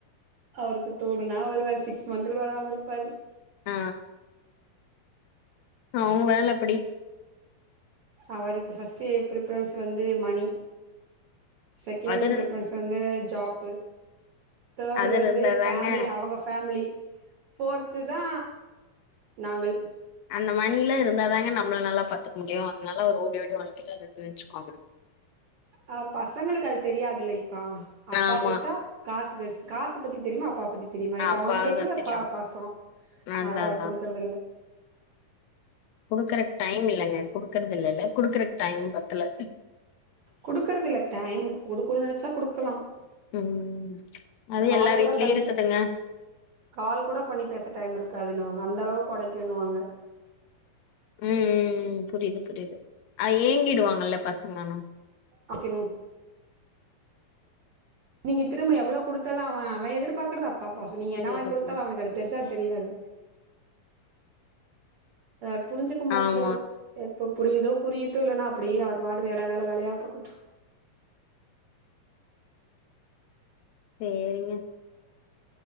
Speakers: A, on the right; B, on the left.
A: அவருக்கு தோடினா வருவாரு சிக்ஸ் மந்த்த் கூட வராாம இருப்பாரு
B: ஆ அவுங்க வேல அப்டி
A: அவருக்கு ஃபர்ஸ்ட் ப்ரிபரன்ஸ் வந்து மணி செகண்ட்
B: அது இருந்
A: ப்ரிபரன்ஸ் வந்து ஜாப்பு தேர்டு
B: அது இருந்தாதாங்க
A: வந்து ஃபேமிலி அவங்க ஃபேமிலி ஃபோர்த்து தா நாங்கள்
B: அந்த மணிலா இருந்தாதாங்க நம்மள நல்லா பாத்துக்க முடியு அதனால ஒரு ஓடி ஓடி ஒழக்கிறாறுனு நெனச்சுக்கோங்க
A: ஆ பசங்களுக்கு அது தெரியாதுல்ல இப்ப அப்பா
B: ஆமா
A: பெருசா காசு பெருசு காசு பத்தி தெரியுமா அப்பா பத்தி தெரியுமா இப்ப
B: அப்பாவதா
A: அவுங்க கேக்றது ஒ
B: தெரியு
A: ப பாசோ
B: அதா
A: அத அவரு
B: அதா
A: குடுக்குறது இல்ல
B: குடுக்குறக்கு டைம் இல்லைங்க குடுக்குறது இல்லல்ல குடுக்குறக்கு டைம் பத்தல
A: குடுக்குறது இல்ல டைம் குடுக்கணு நெனச்சா குடுக்கலா
B: ம் அது
A: கால்
B: எல்லா வீட்லயு
A: கூட பண்ணி
B: இருக்குதுங்க
A: கால் கூட பண்ணி பேச டைம் இருக்காதுன்னுவாங்க அந்த அளவுக்கு ஒடைக்கணுவாங்க
B: ம் ம் ம் புரியுது புரியுது அத ஏங்கிடுவாங்கல்ல பசங்கனா
A: அப்ப இன்னு நீங்க திரும்ப எவ்ளோ குடுத்தாலு அவ அவ எதிர்பார்க்குறது அப் பாப்பா சோ நீ
B: புரியுது
A: என்ன வாங்கி குடுத்தாலு
B: புரியுது.
A: அவனுக்கு அது பெருசா தெரியாது அத புரிஞ்சுக்க மாட்ரார்
B: ஆமா.
A: எப்ப புரியுதோ புரியட்டு இல்லனா அப்டியே அவர் பாட்டு வேல வேல வேலயா பாக்கட்டு
B: சேரிங்க